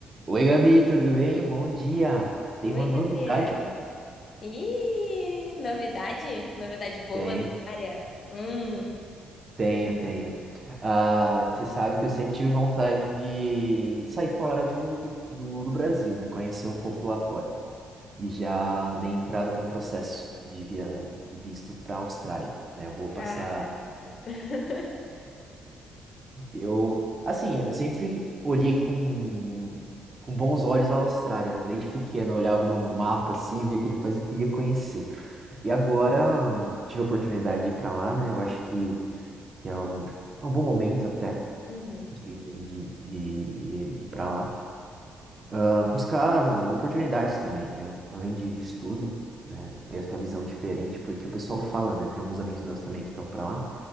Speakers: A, on the right; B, on the left.
A: Oi, Gabi, tudo bem? Bom dia.
B: Oi,
A: Tem uma novidade?
B: Gabriel. Ih, novidade? Novidade boa
A: Tem,
B: na área. Hum.
A: tenho, tenho. Ah, você sabe que eu sempre tive vontade de sair fora do, do, do Brasil, né? Conhecer um pouco
B: Uhum.
A: lá fora. E já dei entrada no processo de, via, de visto para a Austrália, né? Eu vou passar.
B: Caraca. <laughs>
A: Eu, assim, eu sempre olhei com, com bons olhos a Austrália, né? Desde pequeno, eu olhava no mapa assim, via aquele país que eu queria conhecer. E agora tive a oportunidade de ir para lá, né? Eu acho que, que é um, é um bom momento até
B: Uhum.
A: de, de, de ir, para lá. Ah, buscar oportunidades também, né? Além de, de estudo, né? Ter essa visão diferente, porque o pessoal fala, né? Tem alguns amigos meus também que estão para lá